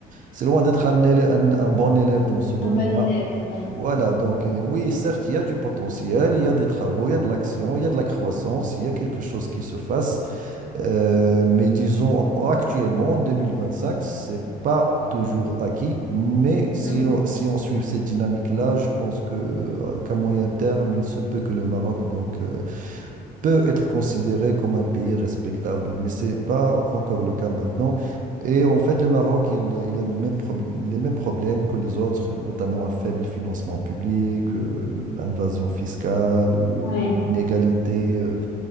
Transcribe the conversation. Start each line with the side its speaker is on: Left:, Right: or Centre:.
Right: C'est loin d'être un, élè- un un bon élève dans ce domaine-là.
Left: Un bon élève. ouais.
Right: Voilà, donc euh, oui, certes, il y a du potentiel, il y a des travaux, il y a de l'action, il y a de la croissance, il y a quelque chose qui se fasse, Euh, mais disons actuellement, en 2025, c'est pas toujours acquis, mais si
Left: Mhm.
Right: on, si on suit cette dynamique-là, je pense que euh, qu'à moyen terme, il se peut que le Maroc donc, euh, peut être considéré comme un pays respectable, mais c'est pas encore le cas maintenant. Et en fait, le Maroc, il, il a le même probl- les mêmes problèmes que les autres, notamment un faible financement public, euh, une invasion fiscale, euh,
Left: Ouais.
Right: une inégalité, euh,